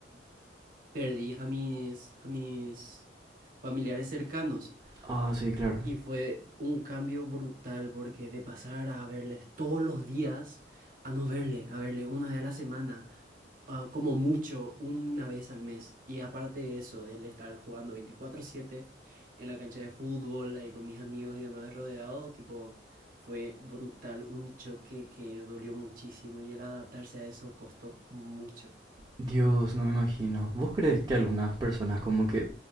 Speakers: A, on the right; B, on the right.
A: <clears throat> perdí a mis, a mis familiares cercanos.
B: Ah, sí, claro.
A: Y fue un cambio brutal porque de pasar a verles todos los días a no verle, a verle una vez a la semana, ah, como mucho, una vez al mes. Y aparte de eso, el estar jugando veinticuatro siete en la cancha de fútbol, ahí con mis amigos y demás rodeado, tipo, fue brutal, un choque que dolió muchísimo y el adaptarse a eso costó mucho.
B: Dios, no me imagino. ¿Vos crees que algunas personas como que